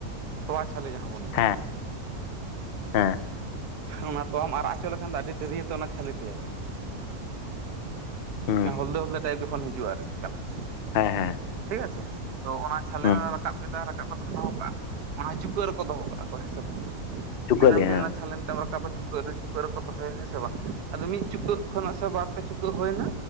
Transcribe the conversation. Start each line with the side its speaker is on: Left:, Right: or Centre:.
Right: ᱛᱚᱣᱟ ᱪᱷᱟᱞᱮ ᱡᱟᱦᱟᱸ ᱵᱚᱱ ᱢᱮᱛᱟᱜ
Left: ᱦᱮᱸ
Right: ᱠᱟᱱ ᱫᱚ
Left: ᱦᱮᱸ
Right: ᱚᱱᱟ ᱛᱳᱣᱟᱢ ᱟᱨᱟᱜ ᱦᱚᱪᱚ ᱞᱮᱠᱷᱟᱱ ᱫᱚ ᱟᱹᱰᱤ ᱫᱟᱹᱨᱭᱟᱹᱛ ᱚᱱᱟ ᱪᱷᱟᱹᱞᱮ ᱛᱮᱭᱟᱨᱚᱜᱼᱟ᱾
Left: ᱦᱩᱸ
Right: ᱚᱱᱟ ᱦᱚᱞᱫᱟᱹ ᱦᱚᱞᱫᱟᱹ ᱴᱟᱭᱤᱯ ᱡᱚᱠᱷᱚᱱ ᱦᱤᱡᱩᱜᱼᱟ ᱟᱨᱠᱤ ᱠᱟᱞᱟᱨ,
Left: ᱦᱮᱸ ᱦᱮᱸ
Right: ᱴᱷᱤᱠ ᱟᱪᱷᱮ ᱛᱚ ᱚᱱᱟ ᱪᱷᱟᱞᱮ
Left: ᱦᱩᱸ
Right: ᱨᱟᱠᱟᱵ ᱠᱮᱫᱟᱭ ᱨᱟᱠᱟᱵ ᱠᱟᱛᱮ ᱫᱚᱦᱚ ᱠᱟᱜᱼᱟ ᱚᱱᱟ ᱪᱩᱠᱟᱹᱜ ᱨᱮᱠᱚ ᱫᱚᱦᱚ ᱠᱟᱜᱼᱟ ᱠᱚ ᱦᱮᱸ ᱥᱮ ᱵᱟᱝ
Left: ᱪᱩᱠᱟᱹᱜ
Right: ᱫᱤᱱᱟᱹᱢ
Left: ᱜᱮ
Right: ᱫᱤᱱ
Left: ᱦᱮᱸ
Right: ᱨᱮᱱᱟᱜ ᱛᱷᱟᱞᱮᱱᱛᱮᱢ ᱨᱟᱠᱟᱵᱟ ᱪᱩᱠᱟᱹᱜ ᱨᱮ ᱪᱩᱠᱟᱹᱜ ᱨᱮᱠᱚ ᱫᱚᱦᱚᱭᱟ ᱦᱮᱸ ᱥᱮ ᱵᱟᱝ ᱟᱫᱚ ᱢᱤᱫ ᱪᱩᱠᱟᱹᱜ ᱠᱷᱚᱱᱟᱜ ᱥᱮ ᱵᱟᱨ ᱯᱮ ᱪᱩᱠᱟᱹᱜ ᱦᱩᱭᱮᱱᱟ